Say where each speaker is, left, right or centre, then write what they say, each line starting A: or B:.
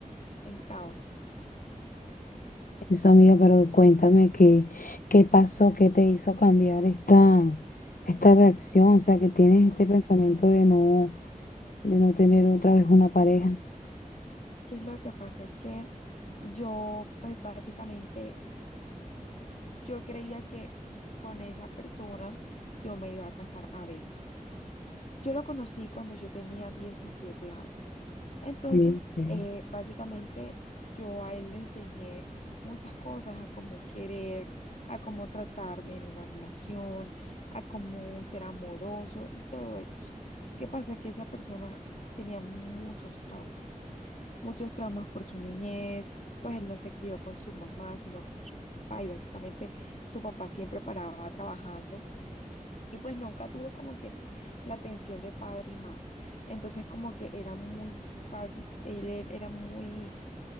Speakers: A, on the left; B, on the left.
A: en caos?
B: Eso, amiga, pero cuéntame qué, qué pasó, qué te hizo cambiar esta, esta reacción, o sea, que tienes este
A: Ok.
B: pensamiento de no, de no tener otra vez una pareja.
A: ¿Qué es lo que pasa? Que yo, pues básicamente, yo creía que con esa persona yo me iba a casar. A ver, yo lo conocí cuando yo tenía 17 años. Entonces,
B: Sí, sí.
A: eh, básicamente yo a él le enseñé muchas cosas, a cómo querer, a cómo tratarme en una relación, a cómo ser amoroso y todo esto. ¿Qué pasa? Que esa persona tenía muchos traumas, muchos traumas por su niñez, pues él no se crió con su mamá, sino con su papá y básicamente su papá siempre paraba trabajando y pues nunca tuvo como que la atención de padre y madre. Entonces como que era muy, fa- él e- era muy,